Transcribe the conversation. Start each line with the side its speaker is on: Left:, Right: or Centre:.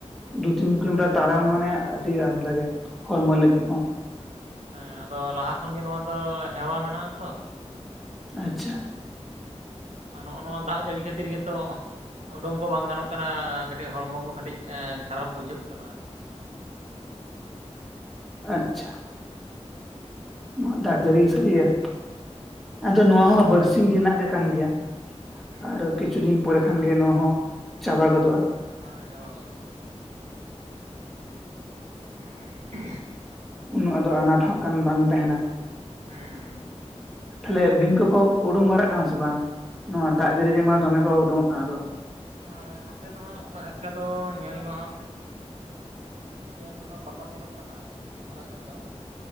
Centre: ᱫᱩ ᱛᱤᱱ ᱠᱤᱞᱳᱢᱤᱴᱟᱨ ᱛᱟᱲᱟᱢ ᱢᱟᱱᱮ ᱟᱹᱰᱤ ᱟᱢᱫᱟ ᱜᱮ᱾ ᱦᱚᱲᱢᱚ
Right: ᱦᱮᱸ
Centre: ᱞᱟᱹᱜᱤᱫ ᱦᱚᱸ
Right: ᱦᱮᱸ, ᱟᱫᱚ ᱞᱟᱦᱟ ᱠᱷᱚᱱ ᱜᱮ ᱱᱚᱣᱟ ᱫᱚ ᱦᱮᱣᱟ ᱢᱮᱱᱟᱜᱼᱟ ᱛᱚ᱾
Centre: ᱟᱪᱪᱷᱟ᱾
Right: ᱟᱨ, ᱱᱚᱼᱚᱜ ᱱᱚᱣᱟ ᱫᱟᱜ ᱡᱟᱹᱲᱤ ᱠᱷᱟᱹᱛᱤᱨ ᱜᱮᱛᱚ ᱳᱸᱰᱳᱝ ᱠᱚ ᱵᱟᱝ ᱜᱟᱱᱚᱜ ᱠᱟᱱᱟ, ᱠᱟᱹᱴᱤᱡ ᱦᱚᱲᱢᱚ ᱠᱚ ᱠᱟᱹᱴᱤᱡ ᱠᱷᱟᱨᱟᱯ ᱵᱩᱡᱷᱟᱹᱜ ᱠᱟᱱᱟ᱾ ᱟᱨ
Centre: ᱟᱪᱪᱷᱟ᱾ ᱱᱚᱣᱟ ᱫᱟᱜ ᱡᱟᱹᱲᱤ ᱥᱟᱹᱨᱤ ᱜᱮ, ᱟᱫᱚ ᱱᱚᱣᱟ ᱦᱚᱸ ᱵᱟᱨᱥᱤᱧ ᱨᱮᱱᱟᱜ ᱜᱮ ᱠᱟᱱ ᱜᱮᱭᱟ᱾
Right: ᱦᱮᱸ
Centre: ᱟᱨ ᱠᱤᱪᱷᱩ ᱫᱤᱱ ᱯᱚᱨᱮ ᱠᱷᱟᱱᱜᱮ ᱱᱚᱣᱟ ᱦᱚᱸ ᱪᱟᱵᱟ ᱜᱚᱫᱚᱜ-ᱟ ᱾
Right: ᱦᱮᱸ ᱪᱟᱵᱟ ᱜᱚᱫᱚᱜᱼᱟ ᱾ ᱦᱮᱸ <unintelligible>
Centre: ᱚᱱᱟ ᱫᱚ ᱟᱱᱟᱴ ᱦᱟᱜ ᱠᱟᱱ ᱵᱟᱝ ᱛᱟᱸᱦᱮᱱᱟ ᱾
Right: ᱦᱮᱸ ᱦᱮᱸ ᱾
Centre: ᱛᱟᱦᱞᱮ ᱵᱤᱧ ᱠᱚᱠᱚ ᱩᱰᱩᱝ ᱵᱟᱲᱟᱜ ᱠᱟᱱᱟ ᱥᱮ ᱵᱟᱝ? ᱱᱚᱣᱟ ᱫᱟᱜ ᱡᱟᱹᱲᱤ ᱨᱮᱢᱟ ᱾ ᱫᱚᱢᱮ ᱠᱚ ᱩᱰᱩᱝᱚᱜ ᱠᱟᱱ ᱫᱚ
Right: ᱦᱮᱸ ᱱᱚᱛᱮ ᱫᱚ ᱦᱟᱸᱜ ᱩᱱᱟᱹᱜ ᱮᱠᱴᱟ ᱫᱚ ᱧᱮᱞ ᱫᱚ ᱦᱟᱸᱜ ᱧᱮᱞ ᱫᱚᱦᱟᱸᱜ ᱵᱟᱠᱚ ᱧᱮᱞᱚᱜ ᱠᱟᱱᱟ ᱟᱞᱮ ᱥᱮᱱ ᱫᱚ ᱾